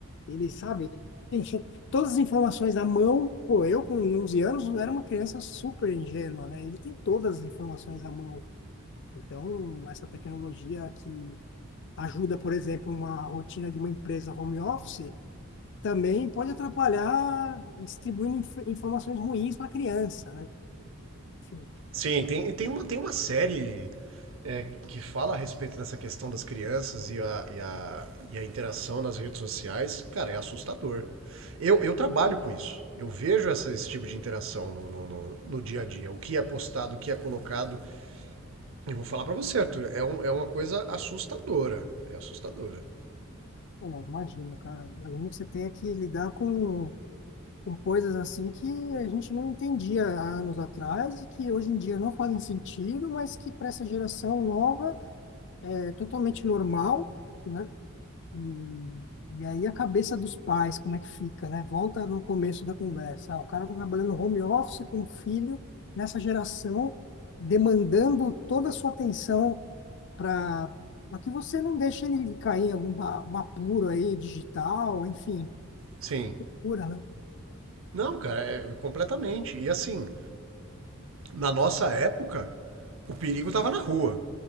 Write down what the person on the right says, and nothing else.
Sim, tem, tem, uma, tem uma série é, que fala a respeito dessa questão das crianças e a, e a, e a interação nas redes sociais, cara, é assustador. Eu, eu trabalho com isso. Eu vejo essa, esse tipo de interação no, no, no, no dia a dia. O que é postado, o que é colocado. E vou falar pra você, Arthur, é, um- é uma coisa assustadora. É assustadora.
Sim.
Não, cara, é completamente. E assim, na nossa época, o perigo tava na rua.